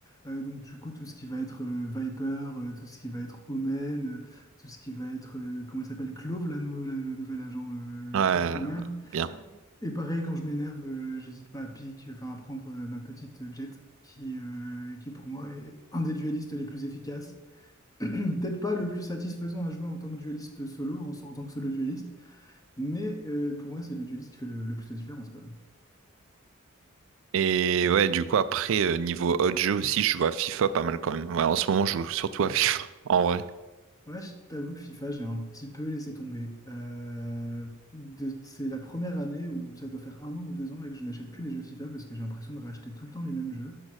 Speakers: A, on the left (about 15°); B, on the right (about 65°).
A: Euh, donc, du coup, tout ce qui va être euh, Viper, euh, tout ce qui va être Omen, euh, tout ce qui va être, euh, comment elle s'appelle, Clove, la nou- la- le nouvel agent euh,
B: Ouais,
A: contrôleur.
B: bien.
A: Et pareil, quand je m'énerve, euh, j'hésite pas à pique, enfin, à prendre euh, ma petite Jet, qui, euh, qui pour moi est un des duellistes les plus efficaces. <clears throat> Peut-être pas le plus satisfaisant à jouer en tant que duelliste solo, en, en tant que solo duelliste, mais euh, pour moi, c'est le duelliste qui fait le, le plus la différence, quoi.
B: Et ouais, du coup, après, euh, niveau autre jeu aussi, je joue à FIFA pas mal quand même. Ouais, en ce moment, je joue surtout à FIFA, <laughs> en vrai.
A: Ouais, je t'avoue que FIFA, j'ai un petit peu laissé tomber. Euh, de- c'est la première année où ça doit faire un an ou deux ans là, que je n'achète plus les jeux FIFA parce que j'ai l'impression de racheter tout le temps les mêmes jeux